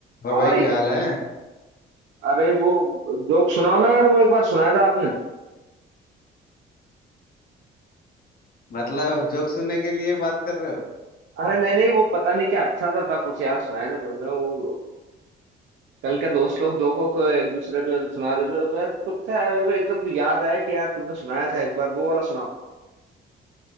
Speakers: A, on the left (about 50°); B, on the right (about 75°).
A: और
B: हाँ
A: भाई
B: भाई
A: क्या हाल है
B: अरे वो जोक सुनाओ ना यार वो एक बार सुनाया था आपने
A: मतलब जोक सुनने के लिए बात कर रहे हो
B: अरे नहीं नहीं वो पता नहीं क्या अच्छा सा था कुछ यार सुनाया था तुमने वो कल के दोस्त लोग जोकों को एक दूसरे पे सुना रहे थे तो मैं चुप था यार मेरे को एकदम याद आया कि यार तुमने सुनाया था एक बार वो वाला सुनाओ